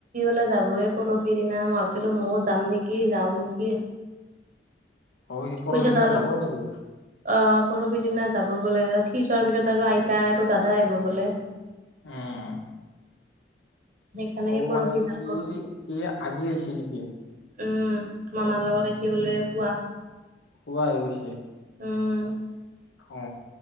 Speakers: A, on the right (about 45°); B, on the left (about 80°).
A: লে যাবয়ে পৰহিদিনা মই ভাবিছিলো ময়ও যাম নেকি যাও নেকি?
B: অ সি পৰহিদিনা
A: পিছত আৰু
B: যাব নেকি
A: আহ- পৰহি দিনা যাব বোলে ত সি যোৱাৰ পিছত আৰু আইতা আৰু দাদাই আহিব বোলে
B: উম
A: সেইকাৰণে
B: সৰু
A: সি পৰহি
B: মানে সি
A: যাব
B: সি আজি আহিছে নেকি?
A: উমো মামাৰ লগত আছে বোলে কোৱা
B: কোৱাই পিছে
A: উম।
B: অ